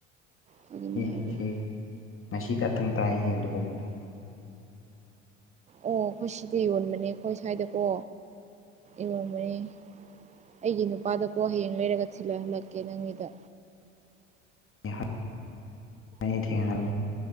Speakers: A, on the right; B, on the left.
A: ꯐꯒꯅꯤ ꯍꯥꯏꯕꯒꯤ
B: <inaudible> ꯉꯁꯤ ꯈꯛꯇꯪ ꯇꯥꯏꯌꯦ ꯑꯗꯨꯒꯨꯝꯕꯗꯣ
A: ꯑꯣ ꯑꯩꯈꯣꯏꯒꯤ ꯁꯤꯗ ꯌꯣꯟꯕꯅꯦ ꯑꯩꯈꯣꯏꯒꯤ ꯁ꯭ꯋꯥꯏ ꯗꯀꯣ ꯌꯣꯟꯕꯅꯦ ꯑꯩꯒꯤ ꯅꯨꯄꯥꯗꯀꯣ ꯍꯌꯦꯡ ꯂꯩꯔꯒ ꯊꯤꯜꯂꯛꯍꯜꯂꯛꯀꯦ ꯅꯪꯒꯤꯗ
B: <unintelligible>